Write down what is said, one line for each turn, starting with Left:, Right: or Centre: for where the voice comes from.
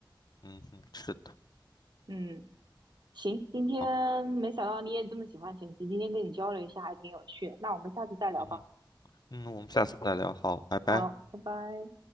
Left: 嗯哼，是的，
Right: 嗯，行，今天没想到你也这么喜欢拳击，
Left: 啊，
Right: 今天跟你交流一下还挺有趣的那我们下次再聊吧。
Left: 嗯哼，嗯，我们下次再聊，好，拜拜。
Right: 好，拜拜。